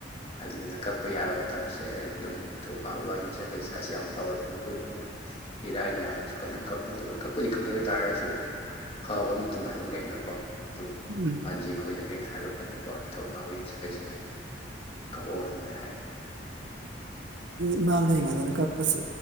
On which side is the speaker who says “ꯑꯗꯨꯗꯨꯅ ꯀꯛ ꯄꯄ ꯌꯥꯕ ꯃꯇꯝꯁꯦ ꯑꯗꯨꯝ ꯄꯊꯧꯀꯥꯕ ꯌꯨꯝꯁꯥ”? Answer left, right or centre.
Left